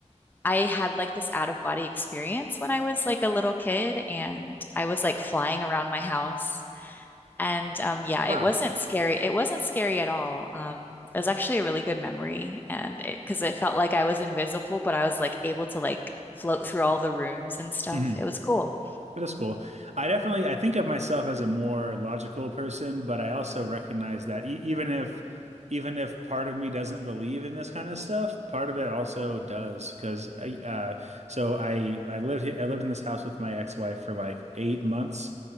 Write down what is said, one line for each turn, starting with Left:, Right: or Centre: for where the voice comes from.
Left: I had like this out of body experience when I was like a little kid and I was like flying around my house. And um, yeah,
Right: wow.
Left: it wasn't scary. It wasn't scary at all. Um, it was actually a really good memory. And it, because it felt like I was invisible, but I was like able to like float through all the rooms and stuff.
Right: Mhm.
Left: It was cool.
Right: That is cool. I definitely I think of myself as a more logical person, but I also recognize that e even if even if part of me doesn't believe in this kind of stuff, part of it also does. Because I uh, so I I lived he- I lived in this house with my ex-wife for like eight months,